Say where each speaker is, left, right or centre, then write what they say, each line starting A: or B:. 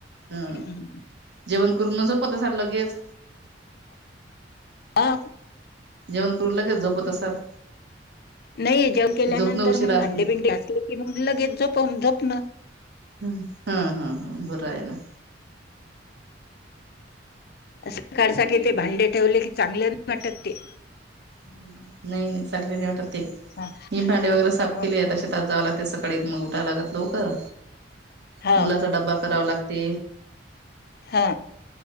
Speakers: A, on the right (about 65°); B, on the left (about 60°).
A: हा
B: हम्म.
A: जेवण करून म झोपत असाल लगेच
B: हा
A: जेवण करून लागेल झोपत असाल
B: नही जेवण
A: की
B: केल्यानंतर
A: झोपणं उशिरा
B: मग
A: असते.
B: भांडी बिंडी घासले की मग लगेच झोपूण झोपण
A: ह हा हा हा बरय आहे ना.
B: सकाडं साठी ते भांडे ठेवले, की चांगले नाही वाटतं ते.
A: नाही, नाही चांगले नाही वाटतं. ते
B: हा,
A: मी भांडे वगैरे साफ
B: हा.
A: केले, आता शेतात जावं लागतेय सकाळी, मग उठाव लागत लवकर.
B: हो
A: मुलाचा डब्बा करावा लागते.
B: हा!